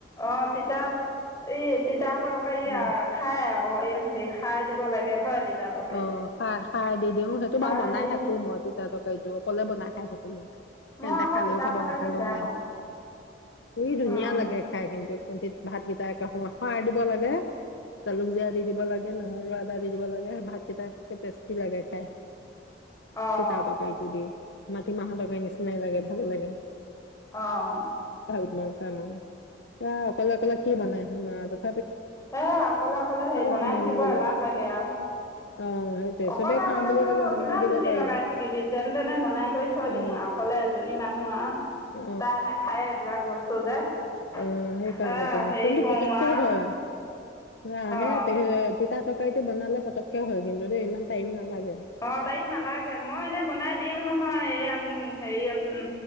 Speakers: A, on the left (about 15°); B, on the left (about 65°).
A: অ তিতা এই তিতা তৰকাৰি
B: উম,
A: আ খাই আকৌ এই হে খাৰ দিব লাগে হয় তিতা তৰকাৰীত
B: অ সাৰ সাৰ দি দিও সেইটো
A: খাৰ
B: বাৰু বনাই
A: দি
B: থাকো মই তিতা তৰকাৰটো অকলে বনাই খাই থাকো মই
A: মই
B: সেতে
A: আকৌ
B: খালেও
A: তিতা
B: খাব
A: তৰকাৰীটো
B: নেখালেও
A: বেয়া
B: নাই
A: পাওঁ
B: কি ধুনীয়া
A: অঁ
B: লাগে খাই কিন্তু। কোনতিত ভাতকেইটা একে সৱা সৰাই দিব লাগে জালুক জিয়া দি দিব লাগে নহৰু, আদা দি দিব লাগে ভা- ভাত কিতা কি টেষ্টি লাগে খাই।
A: অঁ
B: তিতা তৰকাৰীটো দি মাটিমাহৰ তৰকাৰী নিচিননাাই লাগে। ভাল লাগে
A: অহ
B: লং চাই মাৰো এ অকলে অকলে কি বনাই এমাটোক
A: হে অকলে অকলে হেৰি বনাই
B: আৰু মন
A: থাকিব
B: গলে
A: এলাহ লাগে আও।
B: অ সেইটোৱে
A: অকলে
B: চবেই খাওঁ
A: অকলে
B: বুলি
A: বোলো
B: কলে বনাই
A: কিমান
B: দিব
A: জুতি
B: পাৰি
A: লগাই থাকিবি যেন তেনে বনাই কৰি থৈ
B: অ
A: দিম আৰু অকলে এজনী মানুহ আ
B: অ
A: তাই নাখায়ে এইবিলাক। বস্তু যে
B: অ
A: এ
B: সেইকাৰণে তুমি
A: হেৰি
B: কিন্তু
A: কৰোঁ
B: পতককে
A: আৰু
B: হয় অ
A: অঁ
B: হে তে তেতা তৰকাৰীটো বনালে পতককে হয় কিন্তু দেই ইমান টাইম নালা
A: অ টাইম নালাগে মই এনে বনাই দিও নহ য় এইয়াম হেৰিয়ত উ